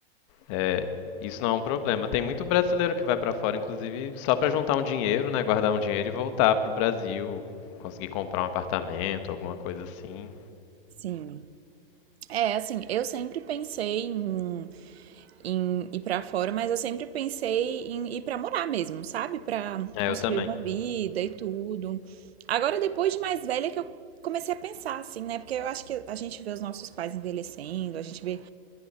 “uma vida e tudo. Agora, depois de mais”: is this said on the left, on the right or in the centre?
Right